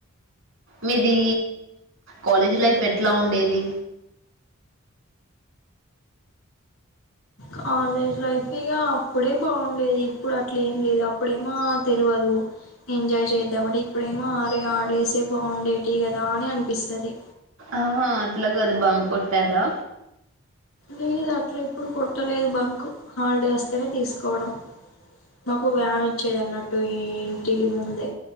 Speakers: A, on the right; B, on the left.
A: మీది కాలేజ్ లైఫ్ ఎట్లా ఉండేది
B: కాలేజ్ లైఫ్ ఇగ అప్పుడే బాగుండేది ఇప్పుడు అట్ల ఏం లేదు ఇప్పుడేమో తెల్వదు ఎంజాయ్ చేద్దాం అంటే ఇప్పుడేమో ఆరే ఆడేసే బాగుండేటి కదా అని అనిపిస్తది
A: ఆహా అట్లా గాదు బంక్ కొట్టారా
B: లేదు అట్లా ఎప్పుడు కొట్టలేదు బంక్ హాలిడే వస్తేనే తీసుకోవడం మాకు వ్యాన్ వచ్చేది అన్నట్టు ఈ ఇంటికి ముందు